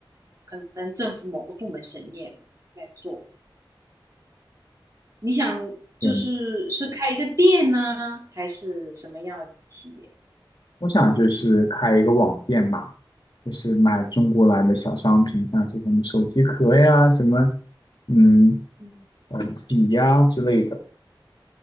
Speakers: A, on the right; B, on the left.
A: 可能政府某个部门审验来做。你想就是是开一个店呢，
B: 嗯，
A: 还是什么样的企业？
B: 我想就是开一个网店吧，就是卖中国来的小商品，像是什么手机壳呀，什么，嗯，
A: 嗯
B: 呃，笔呀之类的，